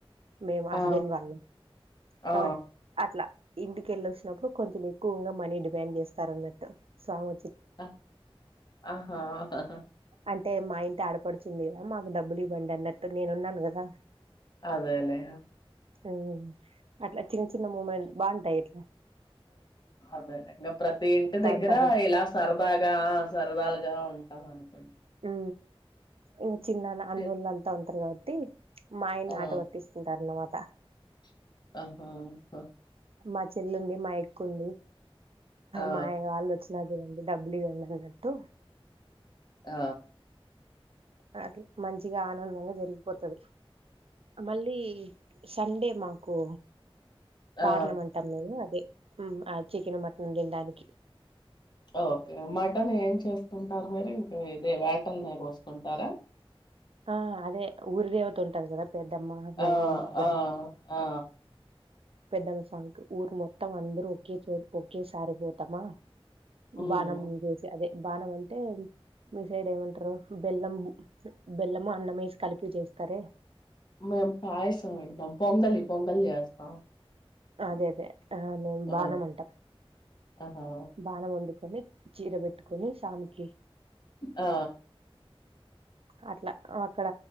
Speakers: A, on the right; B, on the left.
A: మేము హస్బెండ్
B: ఆ ఆ
A: వాళ్ళు
B: ఆ!
A: కాబట్టి అట్లా ఇంటికెళ్ళ వచ్చినప్పుడు కొంచెం ఎక్కువగా మనీ డిమాండ్ చేస్తార అన్నట్టు స్వాంగ్
B: ఆ ఆహా హహ
A: అంటే మా ఇంటి ఆడపడుచుంది కదా మాకు డబ్బులు ఇవ్వండి అన్నట్టు నేను ఉన్నాను కదా
B: అదేలేే
A: ఉమ్ అట్లా చిన్న చిన్న మూమెంట్ బాగుంటాయిట్లా
B: అదే ఇంకా ప్రతి ఇంటి దగ్గర
A: ఉంటారు
B: ఇలా సరదాగా సరదాలుగా ఉం అవునను కో
A: ఉ ఇంకా చిన్నన్న అన్నోళ్ళు
B: చేతు
A: అంతా ఉంటారు కాబట్టి మా ఆయన్న
B: ఆ
A: ఆట వట్తిస్తుంటారన్నమాట
B: ఆహాహ
A: మా చెల్లుంది మా ఎక్కఉంది
B: ఆ
A: మా వాళ్ళు వచ్చిన డి డబ్బులిగాన్నటు
B: ఆ
A: అ మంచిగా ఆనందంగా జరిగిపోతుది మళ్ళీ ఈ సండే మాకు
B: ఆ
A: పార్లమెంట్ అనేది అదే ఆ చికెన్ మటన్ తినడానికి
B: ఓకే మటన్ ఏం చేసుకుంటారు మీరు ఇంక ఇదే వేటలనే పోసుకుంటారా
A: ఆ అదే ఊరి దేవత ఉంటారు కదా పెద్దమ్మ గంగమ్మ
B: ఆ
A: అట్లా
B: ఆ ఆ
A: పెద్దమ్ సాకు ఊరు మొత్తం అందరుూ ఒకే చో ఒకే సారిపోతామా
B: హ్మ్.
A: బాణ ము చేేసి అదే బాణం అంటే మీ సైడ్ ఏమంటారు బెల్లం బెల్లము అన్నం వేసి కలిపి చేస్తారే
B: మేము పాయసం ఇంకా పొంగలి పొంగలి చేస్తాం
A: అదే అదే ఆ నేను
B: ఆ
A: బాణం అంటాం
B: ఆహా
A: బాణం వండుకొని చీర పెట్టుకొని సామికి
B: ఆ
A: అట్లా అక్కడ